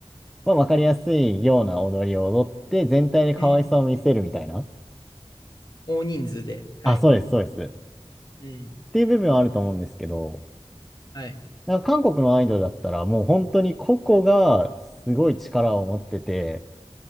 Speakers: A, in the centre; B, on the left.
A: まあ、わかりやすいような踊りを踊って、全体で可愛さを見せるみたいな。
B: うん。大人数で。はい。
A: あ、そうです、そうです。っ
B: うん。
A: ていう部分はあると思うんですけど、
B: はい。
A: なんか韓国のアイドルだったら、もう本当に個々がすごい力を持ってて、